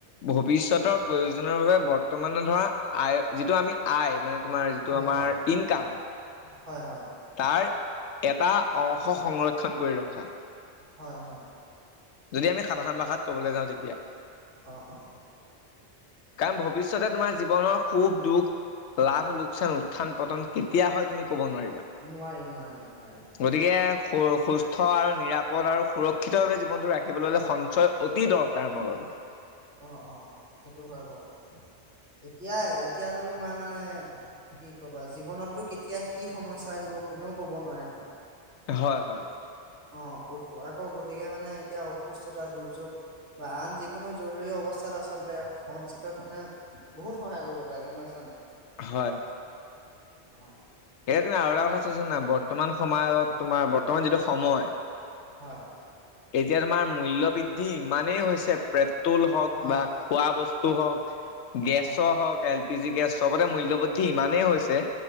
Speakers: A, on the left; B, on the right.
A: ভৱিষ্যতৰ
B: অ
A: প্ৰয়োজনৰ বাবে বৰ্ত বৰ্তমানে ধৰা আয় যিটো আমি আয়, মানে তোমাৰ যিটো
B: হয়,
A: আমাৰ
B: হয়।
A: ইনকাম
B: হয়, হয়।
A: তাৰ এটা অংশ সংৰক্ষণ কৰি ৰখা।
B: হয়, হয়।
A: যদি আমি সাধাৰণ ভাষাত ক'বলৈ যাওঁ তেতিয়া।
B: অ', অ'।
A: কাৰণ ভৱিষ্যতে তোমাৰ জীৱনৰ সুখ দুখ, লাভ লোকচান, উত্থান পতন কেতিয়া হয় তুমি ক'ব নোৱাৰিবা
B: নোঁৱাৰি, নোঁৱাৰি নোঁৱাৰি।
A: গতিকে স-সুস্থ আৰু নিৰাপদ আৰু সুৰক্ষিতভাৱে জীৱনটো ৰাখিবলৈ হ'লে, সন্ সঞ্চয় অতি দৰকাৰ <unintelligible>
B: অ', অ', সেইটো হয় বাৰু। এতিয়া, এতিয়াতো তোমাৰ মানে কি কবা জীৱনতটো কেতিয়া কি সমস্যা আহিব কোনেও ক'ব নোৱাৰে।
A: হয়, হয়।
B: অ', অসু আকৌ গতিকে মানে এতিয়া অসুস্থতা দুৰ্যোগ বা আন যিকোনো জৰুৰী অৱস্থাত আচলতে সঞ্চিত ধনে বহুত সহায় ক'ৰিব পাৰে গম পাইছা নাই?
A: হয়।
B: অ'।
A: সেয়া তুমি আৰু এটা কথা চাইছা নাই? বৰ্তমান সমা
B: হয়
A: তোমাৰ বৰ্তমান যিটো সময়।
B: হয়।
A: এতিয়া তোমাৰ মূ্ল্য বৃদ্ধি ইমানেই হৈছে পেট্ৰল হওঁক
B: হয়
A: বা খোৱা বস্তু হওঁক, গেছৰ
B: অ
A: হওক এল পি জি গেছ চবতে মূল্য বৃদ্ধি ইমানেই হৈছে,